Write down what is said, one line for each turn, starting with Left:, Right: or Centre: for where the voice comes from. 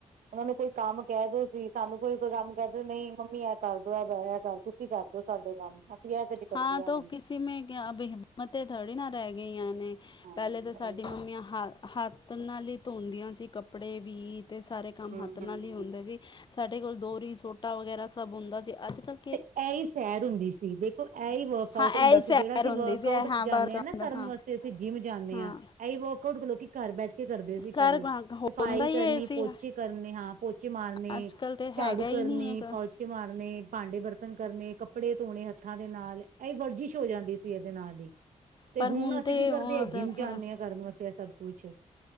Right: ਉਹਨਾ ਨੂੰ ਕੋਈ ਕੰਮ ਕਹਿਦੋ ਵੀ ਸਾਨੂੰ ਕੋਈ ਕੰਮ ਕਹਿਦੇ, ਨਹੀਂ ਮੰਮੀ ਐ ਕਰਦੋ, ਐ ਕਰ, ਤੁਸੀਂ ਕਰਦੋ ਸਾਡੇ ਕੰਮ। ਅਸੀਂ ਇਹ ਕੁੱਝ ਕਰਦੇ
Left: ਹਾਂ,
Right: ਆ
Left: ਤੋ,
Right: ਹੁਣ
Left: ਕਿਸੀ ਮੇਂ ਹਿੰਮਤ ਥੋੜ੍ਹੀ ਨਾ ਰਹਿ ਗਈਆਂ ਨੇ,
Right: ਹਾਂ, ਹੂੰ
Left: ਪਹਿਲੇ ਤਾਂ ਸਾਡੀ ਮੰਮੀਆਂ ਹ ਹੱਥ ਨਾਲ ਹੀ ਧੋਂਦੀਆਂ ਸੀ ਕੱਪੜੇ ਵੀ, ਤੇ ਸਾਰੇ ਕੰਮ
Right: ਹੂੰ
Left: ਹੱਥ ਨਾਲ ਹੀ ਹੁੰਦੇ ਸੀ। ਸਾਡੇ ਕੋਲ ਦੋਰੀ, ਸੋਟਾ ਵਗੈਰਾ ਸਭ ਹੁੰਦਾ ਸੀ, ਅੱਜ-ਕੱਲ
Right: ਤੇ ਐਈ ਸੈਰ ਹੁੰਦੀ ਸੀ। ਦੇਖ ਐਈ ਵਰਕਆਊਟ
Left: ਹਾਂ ਇਹ
Right: ਹੁੰਦਾ
Left: ਹੀ
Right: ਸੀ,
Left: ਸੈਰ
Right: ਜਿਹੜਾ ਅਸੀਂ
Left: ਹੁੰਦੀ
Right: ਵਰਕ
Left: ਸੀ
Right: ਆਊਟ
Left: ਇਹ ਹਾਂ
Right: ਜਾਂਨੇ
Left: ਬਾਹਰ ਕੰਡ
Right: ਆਂ ਨਾ ਕਰਨ
Left: ਹਾਂ
Right: ਵਾਸਤੇ ਤੇ ਅਸੀਂ ਜਿੰਮ ਜਾਂਨੇ
Left: ਹਾਂ
Right: ਆਂ, ਐਹੀ ਵਰਕਆਊਟ ਲੋਕੀ ਘਰ ਬੈਠਕੇ ਕਰਦੇ ਸੀ ਪਹਿਲੇ,
Left: ਘਰ ਹੁੰਦਾ
Right: ਸਫ਼ਾਈ
Left: ਹੀ
Right: ਕਰਨੀ,
Left: ਇਹ ਸੀ
Right: ਪੋਚੇ ਕਰਨੇ, ਹਾਂ ਪੋਚੇ ਮਾਰਨੇ
Left: ਅੱਜ ਕੱਲ੍ਹ ਤਾਂ
Right: ਝਾੜੂ
Left: ਹੈਗਾ
Right: ਕਰਨੇ,
Left: ਹੀ ਨਹੀਂ ਹੈ ਕ-
Right: ਪਾਉਚੇ ਮਾਰਨੇ, ਭਾਂਡੇ-ਬਰਤਨ ਕਰਨੇ, ਕੱਪੜੇ ਧੋਣੇ ਹੱਥਾਂ ਦੇ ਨਾਲ, ਇਹ ਵਰਜੀਸ਼ ਹੋ ਜਾਂਦੀ ਸੀ, ਇਹਦੇ ਨਾਲ ਹੀ। ਤੇ
Left: ਪਰ
Right: ਹੁਣ ਅਸੀਂ
Left: ਤੇ
Right: ਕੀ ਕਰਦੇ
Left: ਉਹ
Right: ਆ, ਜਿੰਮ
Left: ਤਾਂ
Right: ਜਾਂਨੇ
Left: ਕ-
Right: ਆ, ਕਰਨ ਵਾਸਤੇ ਇਹ ਸਭ ਕੁਛ।